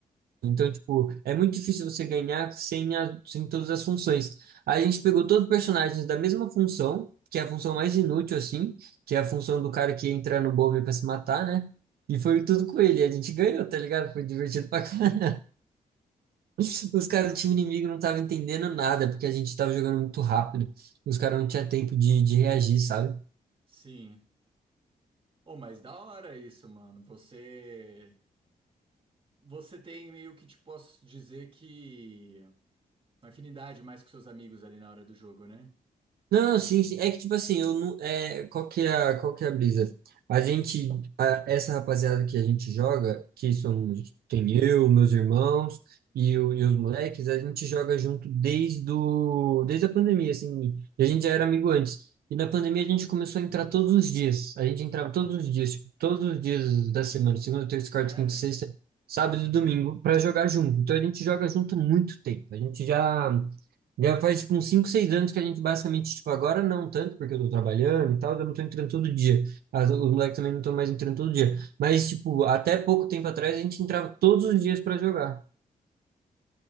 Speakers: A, on the right; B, on the right.
A: Então, tipo, é muito difícil você ganhar sem, a- sem todas as funções. A gente
B: uhum.
A: pegou todos os personagens da mesma função, que é a função mais inútil, assim, que é a função do cara que entra no bombe pra se matar, né? E foi tudo com ele. A gente ganhou, tá ligado? Foi divertido pra caralho. <laughs> Os caras
B: Dá.
A: do time inimigo não estavam entendendo nada, porque a gente tava jogando muito rápido. Os caras não tinham tempo de, de reagir, sabe?
B: Sim. Oh, mas da hora isso, mano. Você. Você tem meio que, tipo, posso dizer que. Uma afinidade mais com seus amigos ali na hora do jogo, né?
A: Não, sim, sim. É que, tipo assim, eu não. É, qual que é, a- qual que é a brisa? A
B: Hum,
A: gente, a- essa rapaziada que a gente joga, que somos,
B: hum.
A: tem eu, meus irmãos e, o- e os moleques, a gente joga junto desde, o, desde a pandemia, assim. E a gente já era amigo antes. E na pandemia a gente começou a entrar todos os dias. A gente entrava todos os dias, tipo, todos os dias da semana, segunda, terça,
B: Sério?
A: quarta, quinta, sexta, sábado e domingo, pra jogar junto. Então a gente joga junto há muito tempo. A gente já. Já faz, tipo, uns 5 6 anos que a gente basicamente, tipo, agora não tanto, porque eu tô trabalhando e tal, eu não tô entrando todo dia. As- os moleques também não estão mais entrando todo dia. Mas, tipo, até pouco tempo atrás a gente entrava todos os dias pra jogar.